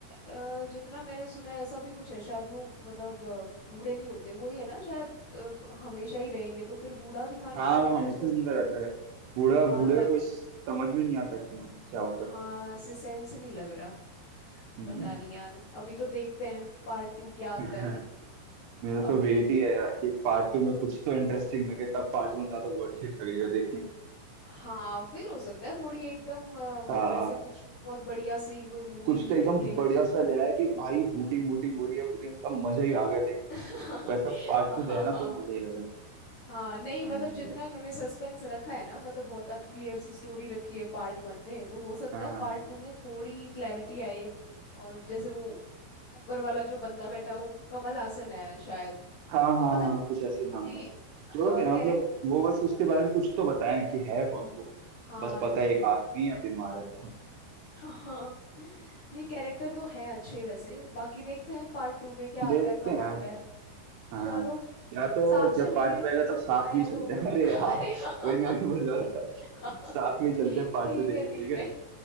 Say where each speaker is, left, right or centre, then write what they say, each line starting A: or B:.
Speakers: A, on the left; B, on the right.
A: अ, जितना मैंने सुना है ऐसा भी कुछ है शायद वो मतलब अ, बूढ़े नहीं होते वो ही है ना शायद अ, हमेशा ही रहेंगे तो फिर बूढ़ा दिखाने
B: हाँ
A: का
B: वो
A: भी
B: हमेशा
A: मेरे को
B: जिंदा रहता है बूढ़ा
A: हाँ
B: बूढ़े
A: ल,
B: का कोई समझ में नहीं आता क्यों क्या होता
A: हाँ
B: है
A: ऐसे सेंस नहीं लग रहा
B: हम्म
A: पता नहीं यार अभी तो देखते हैं पार्ट टू क्या आता
B: <laughs>
A: है
B: मेरा तो
A: अभी
B: वेट ही है यार कि पार्ट टू में कुछ तो इंटरेस्टिंग लगे तब पार्ट वन ज्यादा वर्थ इट लगेगा देखने
A: हाँ फिर हो सकता है थोड़ी एकदम अ,
B: का
A: मतलब
B: हाँ
A: ऐसे कुछ बहुत बढ़िया सी कोई मूवी
B: कुछ तो एकदम
A: निकले
B: बढ़िया सा ले आया कि भाई हूटिंग वूटिंग हो रही है पूरी, मतलब मजा ही आ गया देख
A: <laughs>
B: के वैसा पार्ट
A: हाँ
B: टू
A: हाँ
B: ले आना
A: हाँ
B: तो मजा ही आ जाए
A: हाँ नहीं
B: हाँ
A: मतलब
B: जी
A: जितना इन्होंने सस्पेंस रखा है ना मतलब बहुत अनक्लियर सी स्टोरी रखी है पार्ट वन में तो हो सकता
B: हाँ
A: है
B: हाँ
A: पार्ट
B: हाँ
A: टू में थोड़ी क्लैरिटी आए और जैसे वो ऊपर वाला जो बंदा बैठा है वो कमल हासन है शायद
B: हाँ
A: तो
B: हाँ
A: मतलब
B: हाँ कुछ ऐसे ही नाम
A: ये
B: था जो
A: कैरेक्टर
B: भी है मतलब वो बस उसके बारे में कुछ तो बताया कि है कौन वो
A: हाँ
B: बस पता
A: ट्रू
B: है एक आदमी है बीमार है खत्म
A: हाँ नहीं कैरेक्टर तो हैं अच्छे वैसे बाकी देखते हैं पार्ट टू
B: <laughs>
A: में क्या
B: देखते
A: आता है कब
B: हैं
A: आता
B: अब
A: है
B: हाँ
A: चलो
B: या तो
A: साथ
B: जब
A: चलेंगे
B: पार्ट टू आएगा तब साथ
A: आया
B: में ही चलते
A: तो <laughs>
B: हैं <laughs> अरे
A: अरे
B: हाँ
A: हाँ
B: वही मैं भी बोल रहा था
A: हाँ
B: साथ में ही चलते हैं पार्ट
A: ठीक
B: टू देखने
A: है ठीक
B: ठीक है
A: है